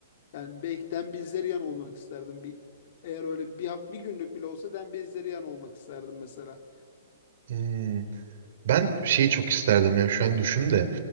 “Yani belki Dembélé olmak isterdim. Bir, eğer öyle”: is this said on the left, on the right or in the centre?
Left